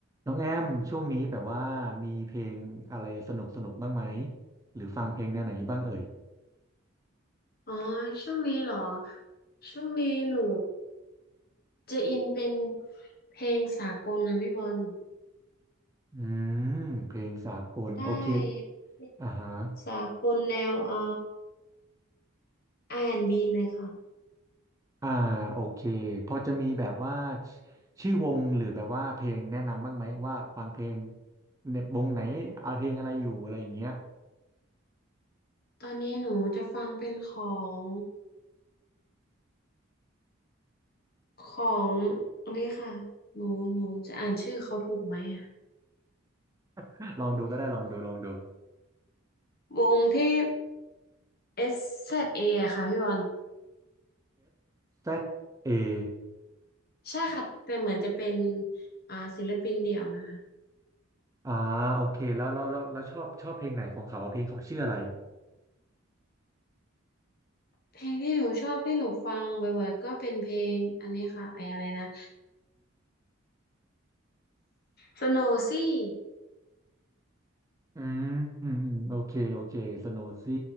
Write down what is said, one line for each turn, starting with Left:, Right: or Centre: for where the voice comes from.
Right: น้องแอมช่วงนี้แบบว่ามีเพลงอะไรสนุกสนุกบ้างไหมหรือฟังเพลงแนวไหนอยู่บ้างเอ่ย
Left: อ๋อช่วงนี้เหรอช่วงนี้หนูจะอินเป็นเพลงสากลนะพี่บอล
Right: อืมเพลงสากลโอเค
Left: ได้เพลง
Right: อ่าฮะ
Left: สากลแนวเอ่อ R&B เลยค่ะ
Right: อ่าโอเคพอจะมีแบบว่าชชื่อวงหรือแบบว่าเพลงแนะนำบ้างไหมว่าฟังเพลงในวงไหนเอาเพลงอะไรอยู่อะไรอย่างเงี้ย
Left: ตอนนี้หนูจะฟังเป็นของของอันนี้ค่ะหนูหนูจะอ่านชื่อเขาถูกไหมอ่ะ
Right: <laughs> ลองดูก็ได้ลองดูลองดู
Left: วงที่ SZA อสแซดเออะค่ะพี่บอล
Right: S Z A อ
Left: ใช่ค่ะแต่เหมือนจะเป็นอ่าศิลปินเดี่ยวนะคะ
Right: อ่าโอเคแล้วแล้วแล้วแล้วชอบชอบเพลงไหนของเขาเพลงเขาชื่ออะไร
Left: เพลงที่หนูชอบที่หนูฟังบ่อยๆก็เป็นเพลงอันนี้ค่ะไอ้อะไรนะ สโนซี่
Right: อืมอืมอืมโอเคโอเคสโนซี่